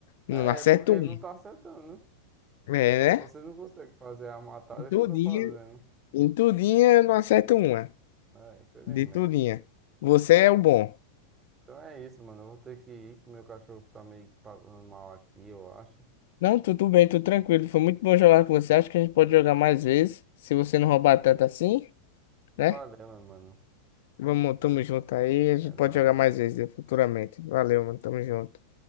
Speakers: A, on the left; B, on the right.
A: Não
B: É,
A: acerto
B: porque
A: uma.
B: não tá acertando.
A: É,
B: Você
A: né?
B: não consegue fazer a matada
A: Em Tudinha,
B: que eu tô fazendo.
A: em tudinha eu não acerto uma.
B: É, infelizmente.
A: De tudinha. Você é o bom.
B: Então é isso, mano. Eu vou ter que ir, que meu cachorro tá meio passando mal aqui, eu acho.
A: Não, tudo bem, tudo tranquilo. Foi muito bom jogar com você. Acho que a gente pode jogar mais vezes. Se você não roubar tanto assim, né?
B: Valeu, meu mano.
A: Vamos, tamo junto aí. A gente
B: É
A: pode
B: nóis.
A: jogar mais vezes, né, futuramente. Valeu, mano. Tamo junto.